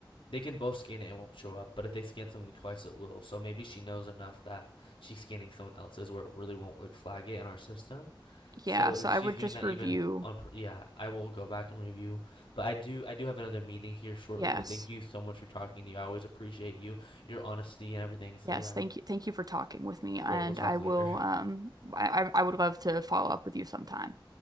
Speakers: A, on the left; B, on the right.
A: they can both scan it, it won't show up. But if they scan something twice, it will. So maybe she knows enough that she's scanning someone else's where it really won't like flag it in our system.
B: yeah,
A: So
B: so
A: if
B: I
A: she's
B: would
A: doing
B: just
A: that
B: review.
A: even on pur- yeah, I will go back and review. But I do I do have another meeting here shortly,
B: Yes.
A: but thank you so much for talking to you. I always appreciate you, your honesty and everything. So
B: Yes,
A: yeah,
B: thank you. Thank you for talking with me and
A: great. We'll talk
B: I
A: later.
B: will um I I I would love to follow up with you sometime.